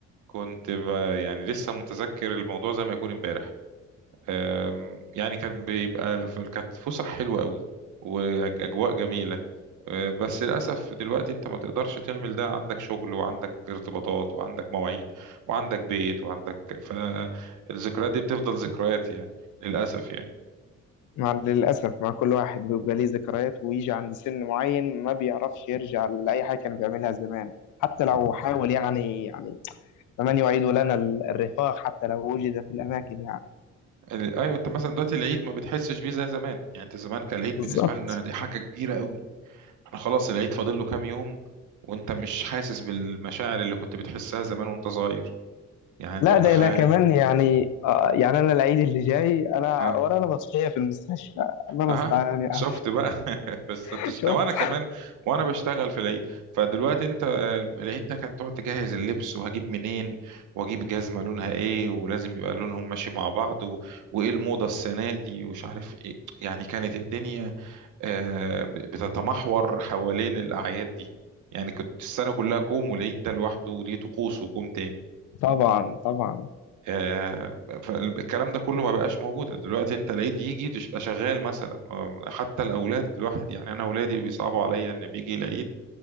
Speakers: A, on the right (about 80°); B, on the left (about 80°).
A: كنت ب... يعني لسه متذكر الموضوع زي ما يكون امبارح أم، يعني كان بيبقى في كانت فسح حلوة قوي وأجواء جميلة آه، بس للأسف دلوقتي أنت ما تقدرش تعمل ده عندك شغل وعندك ارتباطات وعندك مواعيد وعندك بيت وعندك فالذكريات دي بتفضل ذكريات يعني للأسف يعني
B: مع للأسف مع كل واحد بيبقى ليه ذكريات ويجي عند سن معين ما بيعرفش يرجع لأي حاجة كان بيعملها زمان حتى لو حاول يعني يعني فمن يعيد لنا ال- الرفاق حتى لو وجد في الأماكن يعني
A: ال- أيوة أنت مثلا دلوقتي العيد ما بتحسش بيه زي زمان يعني أنت زمان كان العيد
B: بالظبط
A: بالنسبة لنا دي حاجة كبيرة قوي احنا خلاص العيد فاضل له كام يوم وأنت مش حاسس بالمشاعر اللي كنت بتحسها زمان وأنت صغير يعني أنت
B: لا
A: متخيل
B: ده لا كمان يعني آه يعني أنا العيد اللي جاي أنا
A: اه
B: ورانا مسرحية في المستشفى الله المستعان
A: اها
B: يعني
A: شفت بقى <laughs> بس
B: <laughs>
A: بتشتغل
B: شفت
A: وانا كمان وانا بشتغل في العيد فدلوقتي انت آه، العيد ده كان تقعد تجهز اللبس وهجيب منين واجيب جزمه لونها ايه ولازم يبقى لونهم ماشي مع بعض و... وايه الموضه السنه دي ومش عارف ايه يعني كانت الدنيا آه، بتتمحور حوالين الاعياد دي يعني كنت السنه كلها كوم والعيد ده لوحده ليه طقوس وكوم تاني
B: طبعا طبعا
A: آه، فالكلام ده كله ما بقاش موجود دلوقتي انت العيد يجي تبقى شغال مثلا آه، حتى الاولاد الواحد يعني انا اولادي بيصعبوا عليا ان بيجي العيد